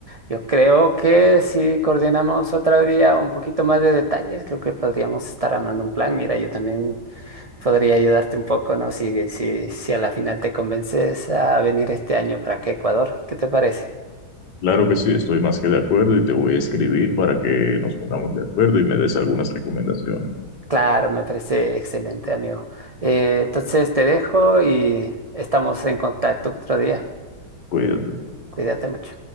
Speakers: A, on the right (about 75°); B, on the left (about 80°).
A: yo creo que si coordinamos otro día un poquito más de detalles, creo que podríamos estar armando un plan. Mira, yo también podría ayudarte un poco, ¿no? Si, si, si a la final te convences a venir este año para acá, a Ecuador, ¿qué te parece?
B: Claro que sí, estoy más que de acuerdo y te voy a escribir para que nos pongamos de acuerdo y me des algunas recomendaciones.
A: Claro, me parece excelente, amigo. Eh, entonces te dejo y estamos en contacto otro día.
B: Cuídate.
A: Cuídate mucho.